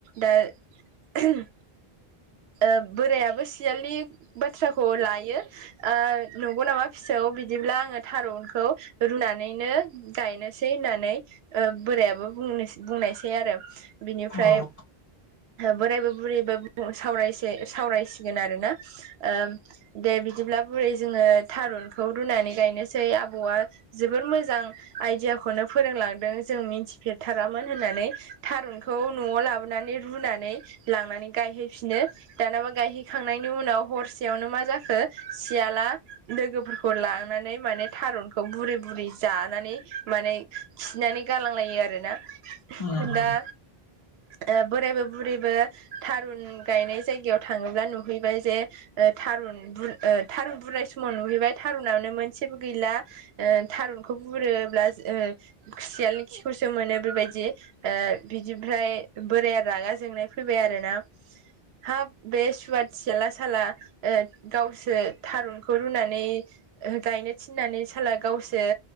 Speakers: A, on the right; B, on the left.
A: दा ओहम ओ बोरायाबो सियालनि बाथ्राखौ लायो ओ नंगौ नामा फिसौ बिदिब्ला आङो थारुनखौ रुनानैनो गायनोसै होननानै ओ बोरायाबो बुंनो बुंनायसै आरो बिनिफ्राय
B: औ
A: बोरायबो बुरैबो सावरायसे सावरायसिगोन आरोना ओ दे बिदिब्ला बुरै जोङो थारुनखौ रुनानै गायनोसै आबौआ जोबोर मोजां आइदियाखौनो फोरोंलांदों जों मिन्थिफेरथारामोन होननानै थारुनखौ न'आव लाबोनानै रुनानै लांनानै गायहैफिनो दानाबा गायहैखांनायनि उनाव हरसेयावनो मा जाखो सियाला लोगोफोरखौ लांनानै माने थारुनखौ बुरै बुरै जानानै माने खिनानै गालांलायो आरोना
B: उम उम
A: दा ओ बोरायबो बुरैबो थारुन गायनाय जायगायाव थाङोब्ला नुहैबाय जे ओ थारुन बुर ओ थारुन बुरनाय सु समाव नुहैबाय थारुनावनो मोनसेबो गैला थारुनखौ बुरोब्ला ओ खुसियालनि खिखौसो मोनो बेबायदि ओ बिदिफ्राय बोराया रागा जोंनाय फैबाय आरोना हाब बे सुवाद सियाला साला गावसो थारुन खौ रुनानै गायनो थिन्नानै साला गावसो